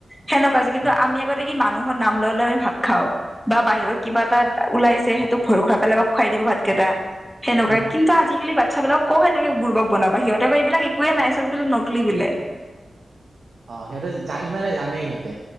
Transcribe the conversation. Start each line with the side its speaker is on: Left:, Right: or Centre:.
Centre: সেনেকুৱা। কিন্তু
Right: উম,
Centre: আমি আগতে কি মানুহৰ নাম লৈ লৈ আমি ভাত খাওঁ বা বাহিৰত কিবা এটা ওলাইছে সেইটো, খোৱাই পেলাই মোক খুৱাই দিব ভাতকেইটা সেনেকুৱা
Right: উম।
Centre: কিন্তু আজিকালি বাচ্ছা বিলাক কওঁ সেনেকে বুৰ্বক, বনাবা সিহঁতেক এইবিলাক একোৱে নাই চববোৰ নকলি বোলে।
Right: অ সিহঁতে ইমানে জানেই সিহঁতে।